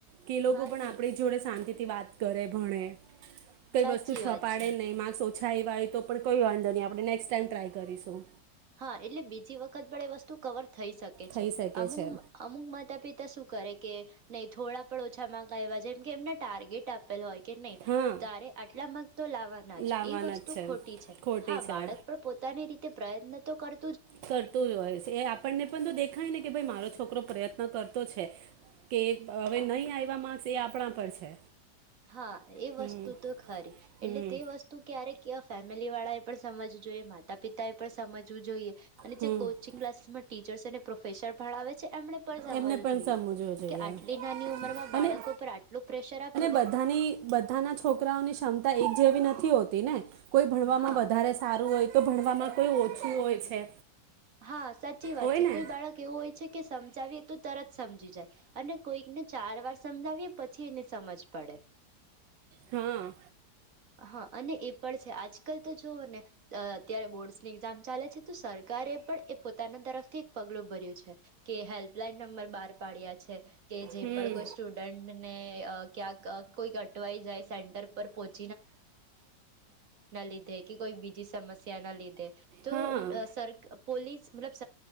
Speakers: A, on the right; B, on the right.
A: કે એ લોકો
B: હા
A: પણ
B: નહી
A: આપણી જોડે શાંતિ વાત કરે ભણે. કઈ
B: સાચી
A: વસ્તુ છપાડે
B: વાત છે
A: નહીં માર્સ ઓ છાઈ વાળી તો પણ કોઈ વાંધો નઇ આપણે નેક્સ્ટ ટાઈમ ટ્રાય કરીશું.
B: હા, એટલે બીજી વખત પણ એ વસ્તુ કવર થઈ શકે
A: થઈ
B: છે
A: શકે
B: અમુ
A: છે
B: અમુક માતા પિતા શું કરે કે નય થોડા પણ ઓછા માર્ક આવેલા હોય જેમ કે એમને ટાર્ગેટ આપેલો હોય. કે નય
A: હા
B: તારે આટલા માર્ક તો લાવવાના જ
A: લાવવાના
B: એ વસ્તુ
A: જ
B: ખોટી છે
A: ખોટી
B: હા
A: છે
B: બાળક પણ પોતાની રીતે પ્રયત્ન તો તો કર
A: કરતું જ હોય છે એ આપણને પણ તો દેખાય ને કે ભાઈ મારો છોકરો પ્રયત્ન હ કરતો છે કે હવે નય આવ્યા માક્સ એ આપણા પર છે.
B: હા એ
A: હમ
B: વસ્તુ તો ખરી
A: હમ
B: એટલે તે વસ્તુ ક્યારે ક ફે ફેમિલીવાળાએ પણ સમજવું જોઈએ માતા પિતાએ પણ સમજવું જોઈએ અને
A: હમ
B: જે
A: હમ.
B: કોચિંગ ક્લાસીસમાં ટીચર્સને પ્રોફેસર ભણાવે છે એમણે પણ સમજવું
A: એમને પણ
B: જોઈએ
A: સમજવું જોઈએ
B: કે આટલી નાની ઉંમરમાં
A: અને
B: બાળકો પર આટલું પ્રેશર આપ
A: બધાની બધાના છોકરાઓની ક્ષમતા એક જેવી નથી હોતી ને કોઈ ભણવામાં
B: હા
A: વધારે સારું હોય, તો ભણવામાં કોઈ ઓછું હોય છે.
B: હા સાચી વાત
A: હોય
B: છે
A: ને
B: કોઈ બાળક કેવું હોય છે કે સમજાવીએ તો તરત સમજી જાય અને કોઈકને ચાર વાર સમજાવીએ પછી એને સમજ પડે
A: હા.
B: હા અને એ પણ છે આજકાલ તો જોવ ને અત્યારે બોર્ડસની એક્ઝામ ચાલે છે તો સરકારે પણ એ પોતાના તરફથી એક પગલું ભર્યું છે કે હેલ્પલાઈન નંબર બહાર પાડ્યા છે. કે જે
A: હમ
B: પણ કોઈ સ્ટુડન્ટને ક્યાંક કોઈ અટવાઈ જાય સેન્ટર પર પહોંચ લીધે કે કોઈ બીજી સમસ્યાના લીધે તો
A: હા
B: સર પ્લીઝ મતલબ